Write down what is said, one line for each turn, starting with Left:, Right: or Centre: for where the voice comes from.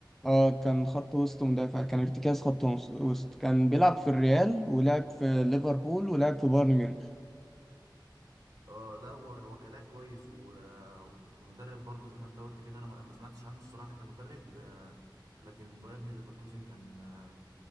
Centre: اه كان خط وسط مدافع كان ارتكاز خط ونص- وسط كان بيلعب في الريال ولعب في ليفربول ولعب في بايرن ميونخ
Right: اه لا هو هو كان لاعب كويس و... آه، ومدرب برضه زي ما انت قلت كده انا ما ما سمعتش عنه الصراحه كمدرب آه لكن بايرن ليفركوزن كان آه